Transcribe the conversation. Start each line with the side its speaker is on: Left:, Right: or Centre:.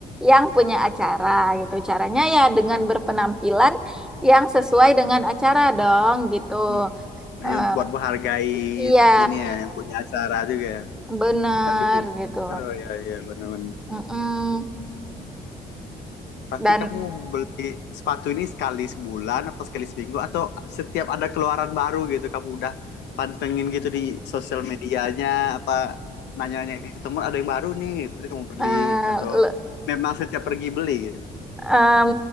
Centre: yang punya acara gitu. Caranya ya dengan berpenampilan yang sesuai dengan acara dong gitu.
Left: hmm. Ini
Centre: Eh,
Left: buat menghargai
Centre: iya,
Left: ini ya yang punya acara juga ya.
Centre: bener
Left: Tapi
Centre: gitu.
Left: oh ya ya benar-benar.
Centre: Mm-mm.
Left: Pasti
Centre: Dan
Left: kamu beli sepatu ini sekali sebulan apa sekali seminggu atau setiap ada keluaran baru gitu kamu udah pantengin gitu di sosial medianya apa nanya-nanya ke teman ada yang baru nih gitu terus kamu beli
Centre: eh,
Left: atau memang setiap pergi beli gitu.
Centre: Em,